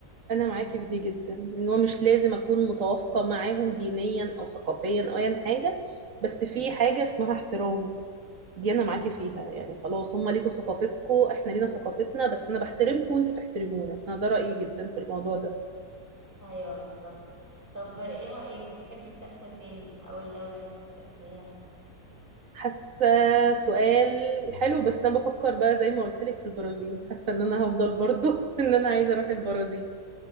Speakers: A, on the right; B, on the right.
A: انا معاكي في دي جدا ان هو مش لازم اكون متوافقه معاهم دينيا او ثقافيا او ايا حاجه بس في حاجه اسمها احترام دي انا معاكي فيها يعني خلاص هم ليكوا ثقافتكم احنا لينا ثقافتنا بس انا بحترمكم وانتوا تحترمونا انا ده رايي جدا في الموضوع ده
B: أيوه بالظبط طب إيه رأيك هتحبي تسافري فين أو الدولة نفسك تسافريها
A: حاسه سؤال حلو بس انا بفكر بقى زي ما قلت لك في البرازيل حاسه ان انا هفضل برضو <laughs> ان انا عايزه اروح البرازيل